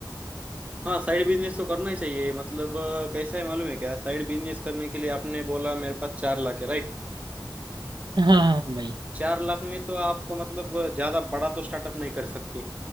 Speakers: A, on the right (about 20°); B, on the right (about 70°).
A: हाँ साइड बिजनेस तो करना ही चाहिए मतलब अ, कैसा है मालूम है क्या साइड बिजनेस करने के लिए आपने बोला मेरे पास चार लाख है राइट
B: हाँ हाँ हाँ, भाई
A: चार लाख में तो आप मतलब अ, ज्यादा बड़ा तो स्टार्टअप नहीं कर सकते